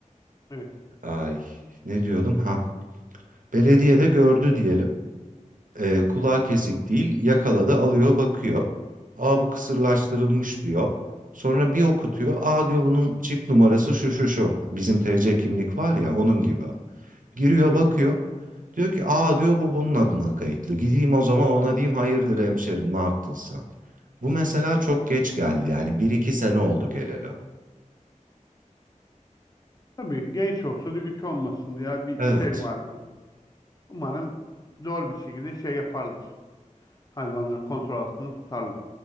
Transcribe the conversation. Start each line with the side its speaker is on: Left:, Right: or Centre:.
Left: Evet,
Right: Ay ne diyordum ha. Belediye de gördü diyelim. Ee, kulağı kesik değil yakaladı alıyor bakıyor. Aa bu kısırlaştırılmış diyor. Sonra bir okutuyor. Aa diyor bunun çip numarası şu şu şu. Bizim TC kimlik var ya onun gibi. Giriyor
Left: evet.
Right: bakıyor. Diyor ki aa diyor bu bunun adına kayıtlı. Gideyim o zaman ona diyeyim hayırdır hemşerim ne yaptın sen? Bu mesela çok geç geldi yani bir iki sene oldu geleli.
Left: Tabii genç olsa da güç olmasın diye bir
Right: Evet.
Left: şey var. Umarım zor bir şekilde şey yaparlar. Hayvanları kontrol altında tutarlar.